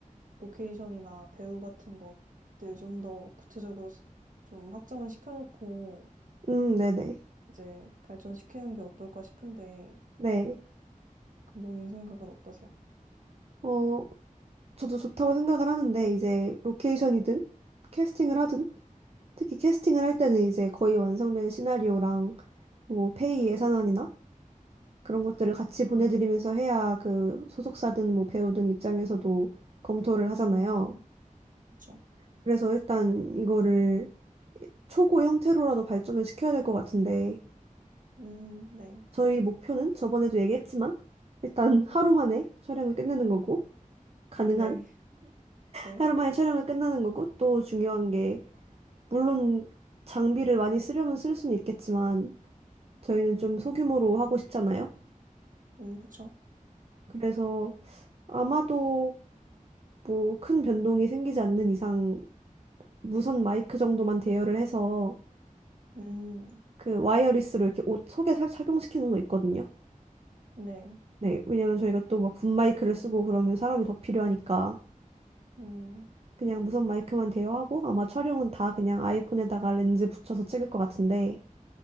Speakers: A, on the right; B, on the right.
A: 로케이션이나 배우 같은 것들 좀 더 구체적으로 좀 확정을 시켜놓고
B: 음, 네네.
A: 이제 발전시키는 게 어떨까 싶은데
B: 네. 네.
A: 감독님 생각은 어떠세요?
B: 어, 저도 좋다고 생각을 하는데 이제 로케이션이든 캐스팅을 하든 특히 캐스팅을 할 때는 이제 거의 완성된 시나리오랑 뭐 페이 예산안이나 그런 것들을 같이 보내드리면서
A: 음,
B: 해야 그 소속사든 뭐 배우든 입장에서도 검토를 하잖아요.
A: 음. 그쵸.
B: 그래서 일단 이거를 초고 형태로라도 발전을 시켜야 될 것 같은데
A: 음, 네.
B: 저희 목표는 저번에도 얘기했지만 일단 하루 만에 촬영을 끝내는 거고 가능한
A: 네. 네.
B: 하루 만에 촬영을 끝내는 거고 또 중요한 게 물론 장비를 많이 쓰려면 쓸 수는 있겠지만 저희는 좀 소규모로 하고 싶잖아요.
A: 음, 그쵸.
B: 그래서 아마도 뭐 큰 변동이 생기지 않는 이상 무선 마이크 정도만 대여를 해서
A: 음,
B: 그 와이어리스로 이렇게 옷 속에 살- 착용시키는 거 있거든요.
A: 네.
B: 네, 왜냐면 저희가 또 막 붐 마이크를 쓰고 그러면 사람이 더 필요하니까
A: 음,
B: 그냥 무선 마이크만 대여하고 아마 촬영은 다 그냥 아이폰에다가 렌즈 붙여서 찍을 것 같은데